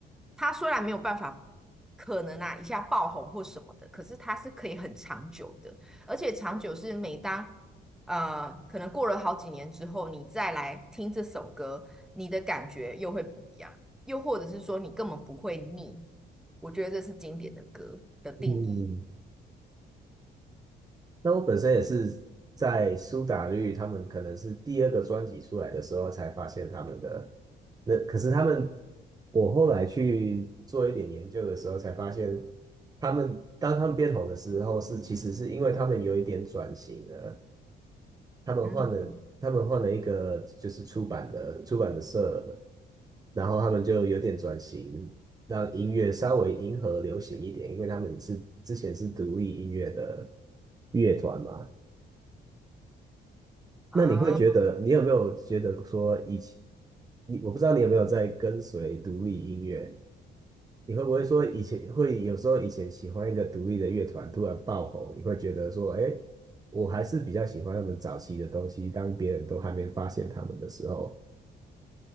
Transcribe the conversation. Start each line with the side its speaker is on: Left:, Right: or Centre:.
Centre: 它虽然没有办法，可能啊一下爆红或什么的，可是它是可以很长久的，而且长久是每当呃可能过了好几年之后，你再来听这首歌，你的感觉又会不一样，又或者是说你根本不会腻。我觉得这是经典的歌的定义。
Right: 嗯。那我本身也是在苏打绿他们可能是第二个专辑出来的时候才发现他们的，那可是他们，我后来去做一点研究的时候才发现，他们当他们变红的时候是其实是因为他们有一点转型了，他们换了他们换了一个就是出版的出版的社了，
Centre: 嗯，
Right: 然后他们就有点转型，让音乐稍微迎合流行一点，因为他们是之前是独立音乐的乐团嘛。那你会觉得，
Centre: 啊。
Right: 你有没有觉得说以前，你我不知道你有没有在跟随独立音乐，你会不会说以前会有时候以前喜欢一个独立的乐团突然爆红，你会觉得说，哎，我还是比较喜欢他们早期的东西，当别人都还没发现他们的时候